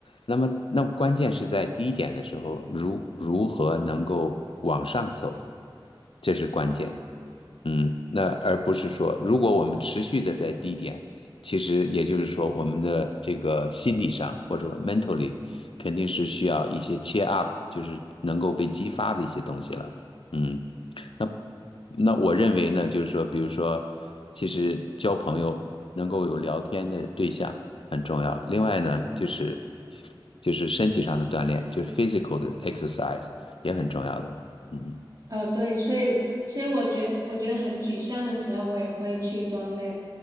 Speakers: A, on the left; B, on the right.
A: 那么，那关键是在低点的时候，如如何能够往上走，这是关键。嗯，那而不是说，如果我们持续的在低点，其实也就是说，我们的这个心理上或者 mentally 肯定是需要一些 cheer up，就是能够被激发的一些东西了。嗯，那那我认为呢，就是说，比如说，其实交朋友能够有聊天的对象很重要。另外呢，就是就是身体上的锻炼，就是 physical 的 exercise 也很重要的。嗯，
B: 呃，对，所以所以我觉我觉得很沮丧的时候，我也会去锻炼，